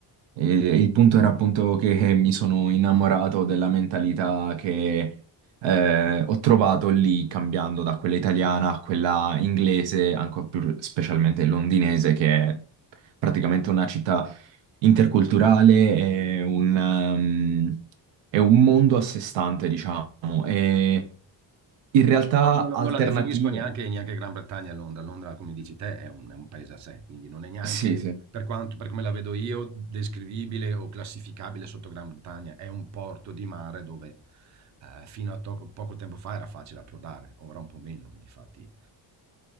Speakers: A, on the right; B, on the right.
A: E il punto era appunto che eh, mi sono innamorato della mentalità che eh, ho trovato lì, cambiando da quella italiana a quella inglese, ancora più specialmente londinese, che è praticamente una città interculturale, è un, ehm, è un mondo a sé stante, diciamo, e in realtà
B: No, Non la,
A: alternative.
B: non la definisco neanche, neanche Gran Bretagna a Londra. Londra, come dici te, è un, è un paese a sé, quindi non è neanche,
A: Sì, sì.
B: per quanto, per come la vedo io, descrivibile o classificabile sotto Gran Bretagna. È un porto di mare dove eh, fino a to- poco tempo fa era facile approdare, ora un po' meno, difatti.